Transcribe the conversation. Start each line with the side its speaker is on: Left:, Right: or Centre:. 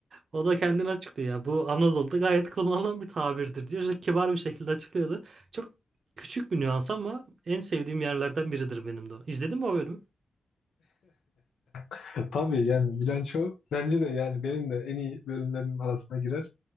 Right: O da kendini açıklıyor ya. Bu Anadolu'da gayet kullanılan bir tabirdir diyor. Çok kibar bir şekilde açıklıyordu. Çok küçük bir nüans ama en sevdiğim yerlerden biridir benim de o. İzledin mi o bölümü?
Left: <laughs> Tabii yani bilanço bence de yani benim de en iyi bölümlerim arasına girer.